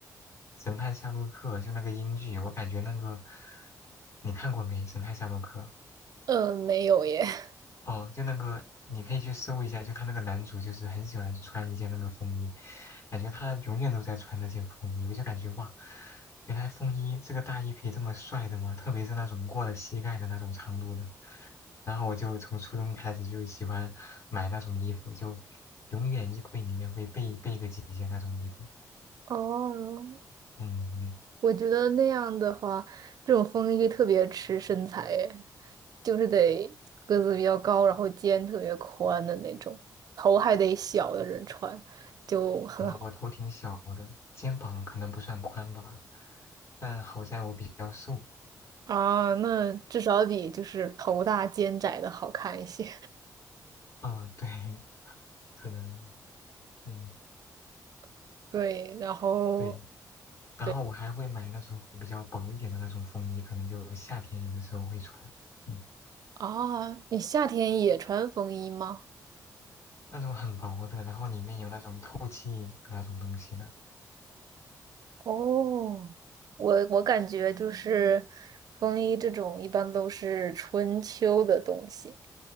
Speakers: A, on the left; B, on the right.
A: 《神探夏洛克》，就那个英剧，我感觉那个你看过没，《神探夏洛克》？
B: 呃，没有耶。<laughs>
A: 哦，就那个，你可以去搜一下，就他那个男主，就是很喜欢穿一件那个风衣，感觉他永远都在穿那件风衣，我就感觉哇，原来风衣这个大衣可以这么帅的吗？特别是那种过了膝盖的那种长度的。然后我就从初中开始就喜欢买那种衣服，就永远衣柜里面会备备个几件那种衣服。
B: 哦，
A: 嗯，
B: 我觉得那样的话，这种风衣特别吃身材耶，就是得个子比较高，然后肩特别宽的那种，头还得小的人穿，就很好
A: 啊、我头挺小的，肩膀可能不算宽吧，但好在我比较瘦。
B: 啊。那 <laughs> 至少比就是头大肩窄的好看一些。
A: 嗯，对，可能。嗯，
B: <laughs> 对，然后
A: 对。然后我还会买那种比较薄一点的那种风衣，
B: 对
A: 可能就夏天有的时候会穿。嗯，
B: 啊，你夏天也穿风衣吗？
A: 那种很薄的，然后里面有那种透气那种东西的。
B: 哦，我我感觉就是风衣这种一般都是春秋的东西。